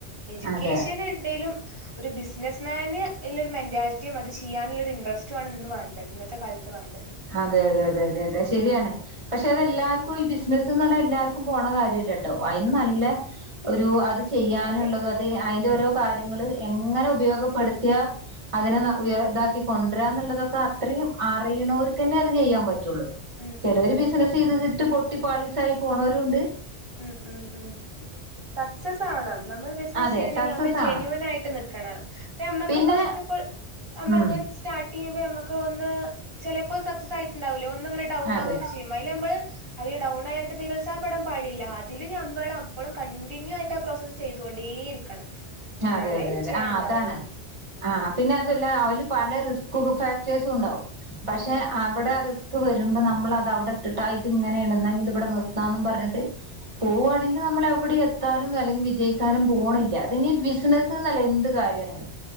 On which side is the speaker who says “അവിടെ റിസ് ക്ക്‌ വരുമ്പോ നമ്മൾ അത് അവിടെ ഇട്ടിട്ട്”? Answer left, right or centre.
Right